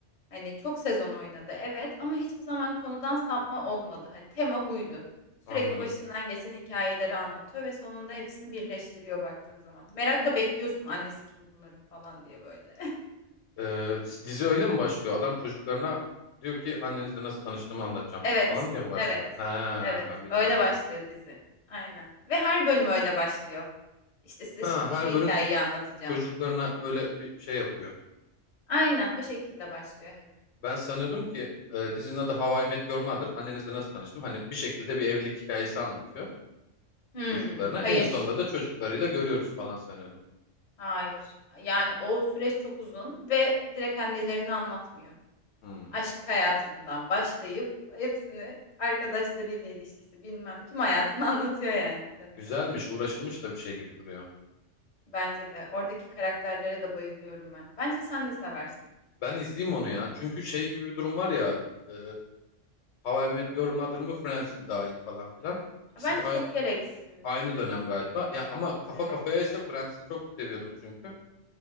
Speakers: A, on the left (about 45°); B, on the left (about 80°).
A: Hani çok sezon oynadı evet ama hiçbir zaman konudan sapma olmadı. Hani tema buydu. Sürekli
B: anladım.
A: başından geçen hikayeleri anlatıyor ve sonunda hepsini birleştiriyor baktığın zaman. Merakla bekliyorsun annesi kim bunların falan diye böyle. <laughs>
B: Ee, dizi öyle mi başlıyor? Adam çocuklarına diyor ki annenizle nasıl tanıştığımı anlatacağım
A: Evet,
B: size falan diye mi başlıyor?
A: evet,
B: Ha,
A: evet.
B: ben bilmiyordum
A: Öyle başlıyor
B: onu.
A: dizi. Aynen. Ve her bölüm öyle başlıyor. İşte size
B: Ha,
A: şimdi
B: her
A: şu hikayeyi
B: bölüm
A: anlatacağım.
B: çocuklarına öyle bir şey yapıyor.
A: Aynen o şekilde başlıyor hep.
B: Ben sanıyordum ki e, dizinin adı How I Met Your Mother. Annenizle nasıl tanıştım? Hani bir şekilde bir evlilik hikayesi anlatıyor
A: Hmm,
B: çocuklarına.
A: hayır,
B: En sonunda da çocuklarıyla görüyoruz falan sanıyordum.
A: hayır. Yani o süreç çok uzun ve direkt annelerini anlatmıyor.
B: Hmm.
A: Aşk hayatından başlayıp hepsini arkadaşlarıyla ilişkisi bilmem ne, tüm hayatını <laughs> anlatıyor yani bitene
B: Güzelmiş,
A: kadar.
B: uğraşılmış da bir şey gibi duruyor.
A: Bence de oradaki karakterlere de bayılıyorum ben. Bence sen de seversin.
B: Ben izleyeyim onu ya. Çünkü şey gibi bir durum var ya. E, How I Met Your Mother mı Friends mi daha iyi falan filan. İkisi
A: Ya Bence
B: bir de aynı
A: çok gereksiz.
B: Aynı dönem galiba. Ya ama kafa
A: Evet.
B: kafaya ise Friends'i çok seviyordum çünkü.